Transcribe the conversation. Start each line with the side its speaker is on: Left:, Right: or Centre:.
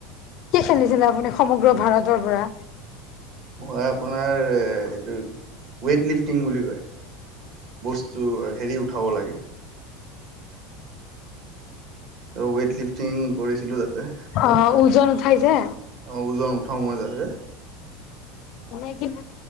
Left: কি খেলিছিলে আপুনি সমগ্ৰ ভাৰতৰ পৰা?
Right: মই আপোনাৰ এইটো ওৱেইট লিফটিং বুলি কয়। বস্তু হেৰি উঠাব লাগে। ত ৱেইট লিফটিং কৰিছিলো তাতে।
Left: অ ওজন উঠাই যে
Right: অ ওজন নুঠাও মই তাতে।
Left: এনে কি